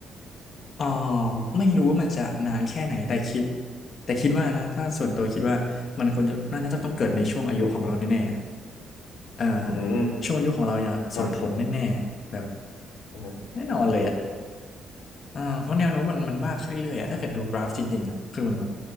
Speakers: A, on the left; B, on the left.
A: อ่อไม่รู้ว่ามันจะนานแค่ไหนแต่คิดแต่คิดว่านะถ้าส่วนตัวคิดว่ามันควรจะน่าจะต้องเกิดในช่วงอายุของเราแน่ๆอะเอ่า
B: อืม
A: ช่วงอายุของเราเนี่ยส่งผลแน่ๆแบบ
B: อ่ะอ่ะ
A: แน่นอนเลยอ่ะอ่าเพราะแนวโน้มมันมันมากขึ้นเรื่อยๆอะถ้าเกิดดูกราฟจริงๆอ่ะคือมันแบบ